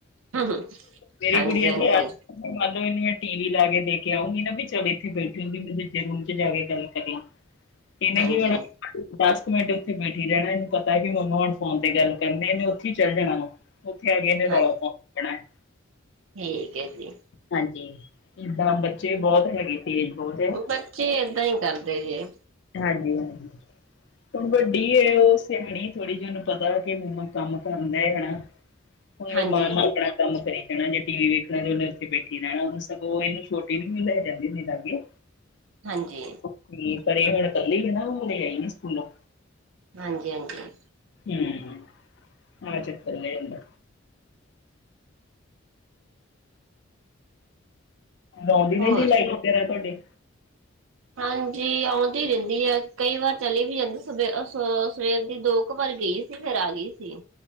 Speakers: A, on the right; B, on the left.
A: ਹਾਂਜੀ
B: ਮੇਰੀ
A: ਹਾਂਜੀ
B: ਕੁੜੀਆਂ ਦੇ ਯਾਰ ਮੰਨ ਲਓ ਇਹਨੂੰ ਮੈਂ ਟੀ ਵੀ ਲਾ ਕੇ ਦੇ ਕੇ ਆਊਂਗੀ ਨਾ ਚਲ ਇੱਥੇ ਬੈਠੀ ਹੋਗੀ, ਮੈਂ ਦੂਜੇ ਰੂਮ ਚ ਜਾ ਕੇ ਗੱਲ ਕਰ ਲਾ। ਤੇ ਇਹਨੇ
A: ਹਾਂਜੀ
B: ਕੀ ਹੋਣਾ ਦਸ ਕੁ ਮਿੰਟ ਉੱਥੇ ਬੈਠੀ ਰਹਿਣਾ, ਇਹਨੂੰ ਪਤਾ ਹੈ ਮੰਮਾ ਹੁਣ ਫੋਨ ਤੇ ਗੱਲ ਕਰਨੀ ਇਹਨੇ ਉੱਥੇ ਹੀ ਚੱਲ ਜਾਣਾ ਉਹਨੂੰ। ਉੱਥੇ ਆ ਗਏ ਇਹਨੇ
A: ਹਾਂ
B: ਰੌਲਾ ਪੋ ਦੇਣਾ ਹੈ।
A: ਠੀਕ ਹੈ ਜੀ।
B: ਹਾਂਜੀ ਜਿੱਦਾਂ ਬੱਚੇ ਬਹੁਤ ਹੈਗੇ ਤੇਜ਼ ਬਹੁਤ ਹੈ
A: ਬੱਚੇ ਏਦਾਂ ਹੀ ਕਰਦੇ ਜੇ
B: ਹਾਂਜੀ ਹਾਂਜੀ ਹੁਣ ਵੱਡੀ ਹੈ ਉਹ ਸਿਆਣੀ ਥੋੜ੍ਹੀ ਜਿਹੀ ਉਹਨੂੰ ਪਤਾ ਕਿ ਮੰਮਾ ਕੰਮ ਕਰਨ ਡਏ ਆ ਹੁਣ ਅਰਮਾਨ
A: ਹਾਂਜੀ
B: ਮਲਿਕ ਆ ਕੰਮ ਕਰੀ ਜਾਣਾ ਜੇ ਟੀ ਵੀ ਵੇਖਣਾ ਤੇ ਉਹਨੇ ਉੱਥੇ ਬੈਠੀ ਰਹਿਣਾ ਸਗੋਂ ਉਹ ਇਹਨੂੰ ਛੋਟੀ ਨੂੰ ਵੀ ਲੈ ਜਾਂਦੀਦੇ ਲਾਗੇ ਹ
A: ਹਾਂਜੀ
B: ਕੀ ਕਰੇ ਹੁਣ ਕੱਲੀ ਹੈ ਨਾਲੇ ਆਈ ਨੀ ਸਕੂਲੋਂ
A: ਹਾਂਜੀ ਹਾਂਜੀ
B: ਹੂੰ ਆਹ ਚੱਕਰ ਹੋ ਜਾਂਦਾ ਆਉਂਦੇ ਰਹਿੰਦੀ
A: ਹੋਰ
B: ਲਾਈਟ ਤੁਹਾਡੀ
A: ਹਾਂਜੀ ਆਉਂਦੀ ਰਹਿੰਦੀ ਹੈ ਕਈ ਵਾਰ ਚਲੀ ਵੀ ਜਾਂਦੀ ਸਵੇ ਸ ਸਵੇਰ ਦੀ ਦੋ ਕੁ ਵਾਰ ਗਈ ਨੀ ਫਿਰ ਆ ਗਈ ਸੀ